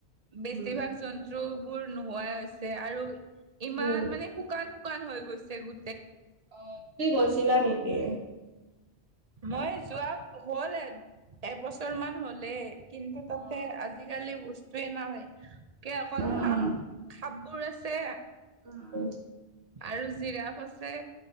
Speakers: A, on the right; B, on the right.
A: বেছিভাগ
B: উম।
A: জন্তু বোৰ নোহোৱাই হৈছে আৰু ইমান
B: উম,
A: মানে শুকান -শুকান হৈ গৈছে গো
B: অহ, তুমি গৈছিলা নেকি?
A: মই যোৱা হল এ- এবছৰ মান হ'লে। কিন্তু তাতে
B: অ'।
A: আজিকালি বস্তুয়ে নাই কে অকল
B: উম,
A: সাপ সাপবোৰ আছে
B: উম।
A: আৰু জিৰাফ আছে।